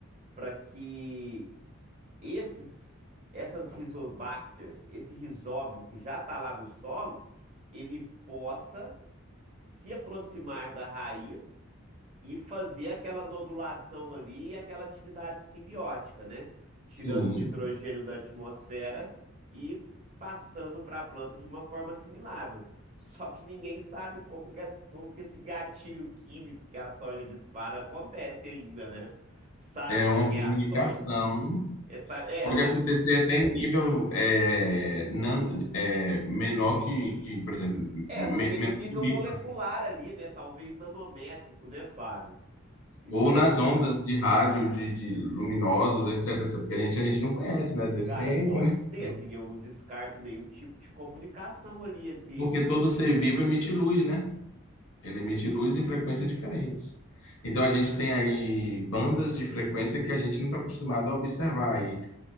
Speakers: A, on the right; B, on the left.
A: para que esses, essas rizobacters, esse rizóbio que já está lá no solo, ele possa se aproximar da raiz e fazer aquela nodulação ali e aquela atividade simbiótica, né? Tirando
B: Sim,
A: o nitrogênio da atmosfera e passando para a planta de uma forma assimilável. Só que ninguém sabe como que, esse, como que esse gatilho químico que a soja dispara acontece ainda, né? Sabe-se
B: é uma
A: que
B: comunicação.
A: é a soja. É, sa- é,
B: Pode
A: sabe
B: acontecer até em nível é, nan- é, menor que, que, por exemplo,
A: É,
B: me-
A: naquele
B: menor
A: nível
B: que micro.
A: molecular ali, né? Talvez nanométrico, né, Fábio? Então,
B: Ou nas ondas de rádio, de, de luminosos, etc. Porque a gente, a gente não conhece, né? Às vezes
A: cara,
B: tem
A: pode
B: comunicação.
A: ser, assim, eu não descarto nenhum tipo de comunicação ali entre.
B: Porque todo ser vivo emite luz, né? Ele emite luz em frequências diferentes. Então a gente tem aí bandas de frequência que a gente não está acostumado a observar. E,